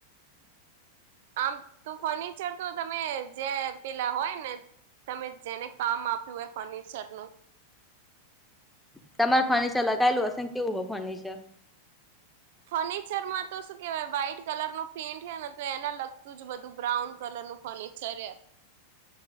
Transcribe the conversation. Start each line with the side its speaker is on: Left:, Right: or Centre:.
Right: આમ તો ફર્નિચર તો તમે જે પેલા હોય ને તમે જેને કામ આપ્યું હોય ફર્નિચર નું
Centre: તમારે ફર્નિચર લગાયેલું હશે કેવું હોય ફર્નિચર
Right: ફર્નિચરમાં તો શું કેહેવાય વ્હાઈટ કલર નો પેઇન્ટ હે ને તો એને લગતું જ બધું બ્રાઉન કલર નું ફર્નિચર